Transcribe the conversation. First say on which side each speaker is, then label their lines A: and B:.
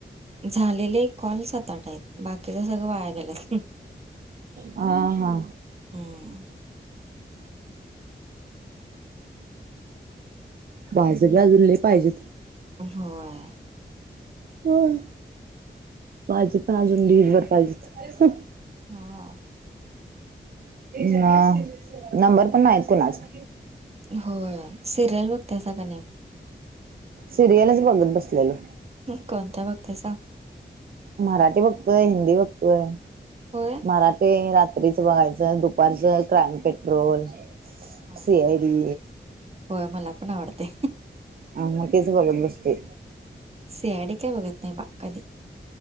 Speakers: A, on the right (about 35°); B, on the right (about 55°).
A: झालेले कॉल सात आठ आहेत, बाकीच सगळं वाया गेल्यात.
B: हा हा.
A: हम्म.
B: माझं बी आजून लय पाहिजेत.
A: होय.
B: होय, माझे पण अजून ढिग भर पाहिजेत.
A: हा
B: ना, नंबर पण नाहीत कुणाचं.
A: होय, सिरियल बघतायसा का नई.
B: सिरियलच बघत बसलेलो.
A: कोणत्या बघतायसा?
B: मराठी बघतोय, हिंदी बघतोय,
A: होय
B: मराठी रात रात्रीच बघायचं, दुपारचं क्राईम पेट्रोल.
A: हा
B: सी
A: हा हा,
B: आय डी
A: होय मला पण आवडतय.
B: हा मग तेच बघत बसतोय.
A: सीआयडी काय बघत नाही बा कधी.